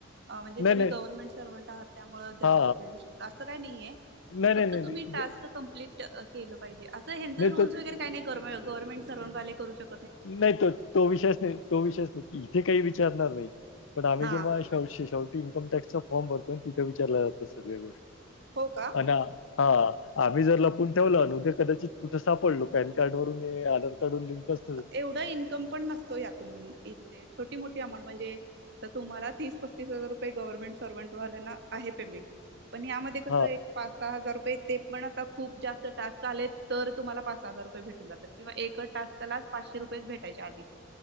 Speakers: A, on the right; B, on the left.
A: म्हणजे
B: नाही
A: तुम्ही
B: नाही
A: गव्हर्नमेंट सर्मंट आहात. त्यामु
B: हा
A: देऊ शकता असं काही नाहीये.
B: नाही नाही
A: फक्त
B: नाही
A: तुम्ही
B: नाही
A: टास्क
B: द
A: कम्प्लीट केलं पाहिजे. असंचं
B: नाही
A: रूल्स
B: तो
A: वगैरे काय नाही, गव्हर्मेंट सर्वांतवाले करू शकतात.
B: नाही, तो तो विषयच नाही तो विषयच नाही इथे काही विचारणार नाही. पण आम्ही
A: हा
B: जेव्हा शेव शेवटी इनकम टॅक्स चा फॉर्म भरतोय तिथे विचारला जातो सगळ्या गोष्ट.
A: हो का?
B: अ ना हा. आम्ही
A: हा
B: जर लपून ठेवलं उदे कदाचित
A: हा.
B: कुठ सापडलो. पॅन कार्ड वरून हे आधार कार्डून लिंक असत.
A: एवढा इन्कम पण नसतो यातून इ छोटी मो अंट म्हणजे आता तुम्हाला तीस पस्तीस हजार रुपये गव्हर्नमेंट सर्व्हंट वाल्याना आहे पेमेंट. पण यामध्ये कसं
B: हा
A: एक पाच सहा हजार रुपयेेत ते पण आता खूप जास्त टास्क आले तर तुम्हाला पाच हजार रुये भेटून जात किंवा एक टास्कला च पाचशे रुपयेच भेटायचे आधी